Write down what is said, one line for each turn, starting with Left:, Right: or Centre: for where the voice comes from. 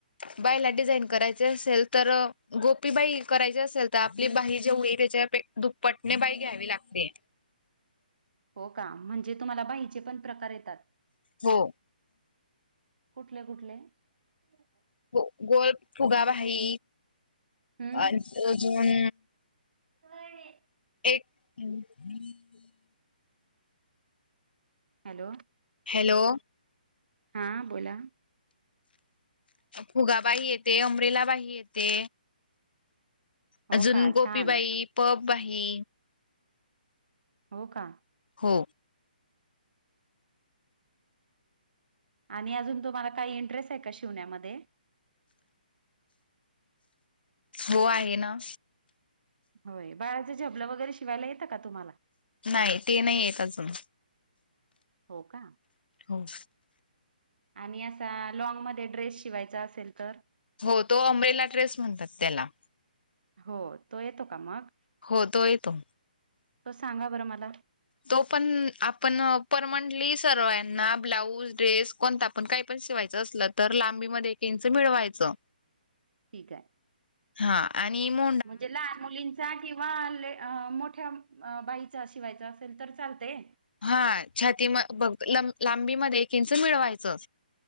Left: बाहीला डिझाईन करायचे असेल तर, गोपी बाही करायची असेल तर आपली बाही जेवढी त्याच्यापेक्षा दुप्पटने बाही घ्यावी लागते.
Right: हो का? म्हणजे तुम्हाला बाहीचे पण प्रकार येतात?
Left: हो.
Right: कुठले-कुठले? <inaudible>
Left: ग गोल फुगाबाही,
Right: हम्म
Left: अजून?
Right: काय आहे.
Left: एक <unintelligible>
Right: हॅलो.
Left: हॅलो.
Right: हा, बोला.
Left: फुगाबाही येते, अमरेलाबाही येते.
Right: हो
Left: अजून
Right: का
Left: गोपीबाही,
Right: छान
Left: पफबाही
Right: हो का?
Left: हो.
Right: आणि अजून तुम्हाला काही इंटरेस्ट आहे. का शिवण्यामध्ये?
Left: हो, आहे. ना
Right: होय, बाळाचं झेबलं वगैरे शिवायला येतं का तुम्हाला?
Left: नाही, ते नाही येत अजून.
Right: हो का?
Left: हो.
Right: आणि असा लँगमध्ये ड्रेस शिवायचा असेल तर?
Left: हो, तो अमरेला ड्रेस म्हणतात त्याला.
Right: हो, तो येतो का मग?
Left: हो, तो येतो.
Right: तो सांगा बरं मला.
Left: तो पण आपण परमनंटली सर्वाना ब्लाऊज ड्रेस कोणता? पण काही पण शिवायचं असलं तर लांबीमध्ये एक इंच मिळवायचं.
Right: ठीक आहे.
Left: हा. आणि म
Right: म्हणजे लहान मुली किंवा मोठ्या बाहीचा शिवायचा असेल तर चालते.
Left: हा छाती म बघ ला लांबीमध्ये एक इंच मिळवायचं.